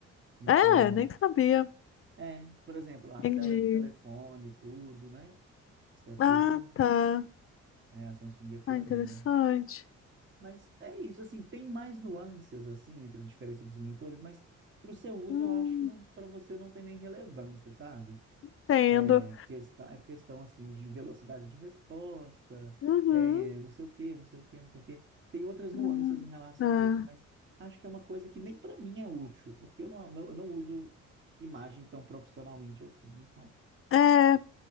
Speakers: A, on the right; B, on the left.
A: Então,
B: É, nem sabia.
A: é, por exemplo, as
B: Entendi.
A: telas de telefone, tudo, né? Isso é tudo.
B: Ah, tá.
A: É, a Samsung é pioneira.
B: Ah, interessante.
A: Mas é isso, assim, tem mais nuances, assim, entre a diferença dos monitores, mas para o seu uso,
B: Hum,
A: eu acho que não, para você não tem nem relevância, sabe?
B: entendo.
A: É questão, é questão, assim, de velocidade de resposta,
B: Uhum.
A: é, não sei o quê, não sei o quê, não sei o quê. Tem outras nuances
B: Hum,
A: em relação
B: tá.
A: a isso, mas acho que é uma coisa que nem para mim é útil, porque eu não, não- eu não uso imagem tão profissionalmente assim. Então,
B: É.